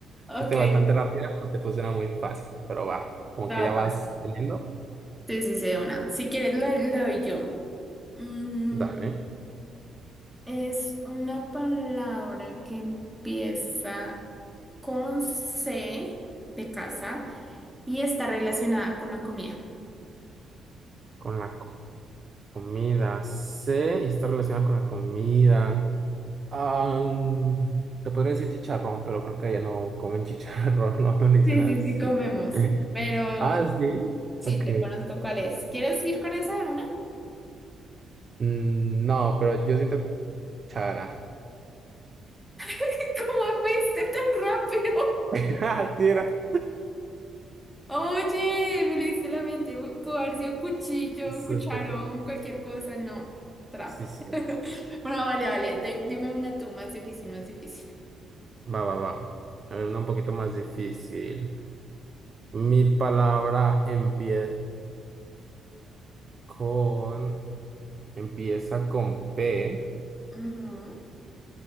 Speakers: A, in the centre; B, on the right.
A: Ok,
B: Este bastante rápida, pero te funciona muy fácil, pero va, como
A: tapas.
B: que ya vas teniendo.
A: Sí, sí, sí, de una. Si quieres, la le doy yo. Mm,
B: Dale.
A: es una palabra que empieza con C de casa y está relacionada con la comida.
B: Con la co- comida. C y está relacionada con la comida. Ah, mm, te podría decir chicharrón, pero creo que allá no comen chicharrón, <laughs> no, no le dicen
A: Sí,
B: así.
A: sí, sí, comemos,
B: <laughs>
A: pero
B: Ah, sí.
A: Sí,
B: Ok.
A: te conozco cuál es. ¿Quieres ir con esa de una?
B: Mm, no, pero yo siento chara.
A: <laughs> ¿Cómo fuiste tan rápido?
B: <laughs> Ah, sí era.
A: Oye, me leíste la mente. Pudo haber sido cuchillo,
B: Súper.
A: cucharón, cualquier cosa. No, trampa.
B: Sí, sí.
A: <laughs> Bueno, vale, vale. de- deme una tú más difícil, más difícil.
B: Va, va, va. A ver, una un poquito más difícil. Mi palabra empieza con. Empieza con P.
A: Ujú.